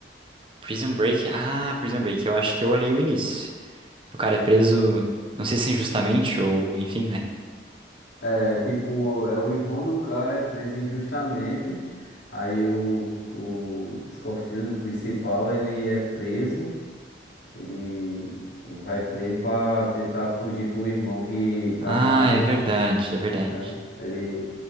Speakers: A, on the right; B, on the left.
A: Prison Break? Ah, Prison Break, eu acho que eu olhei o início. O cara é preso, não sei se injustamente ou enfim, né?
B: É tipo, é o irmão do cara é preso injustamente. Aí o, o Scofield, o principal, ele é preso. Ele vai preso pra tentar fugir com o irmão que tá
A: Ah,
B: na,
A: é verdade, é verdade.
B: né? Ele,